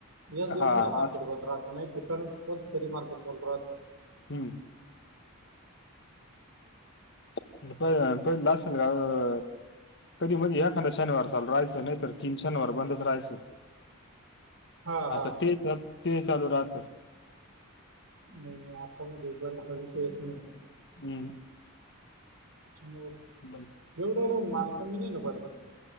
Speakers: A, on the right; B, on the left.
A: याच दिवसाला
B: हा
A: मार्केट
B: अस
A: बंद राहत नाही कारण सरी मार्केट चालू राहत.
B: हम. <unintelligible> कधी मधी एखादा शनिवार चालू राहायचं नाही तर तीन शनिवार बंदच राहायचं.
A: हा हा
B: आता ते ते चालू राहत.
A: नाही नाही आता म्हणजे बंद हा विषयच नाही.
B: हम्.
A: तेच्यामुळं
B: <unintelligible>
A: एवढं राहून मालस मी नाही न पडत.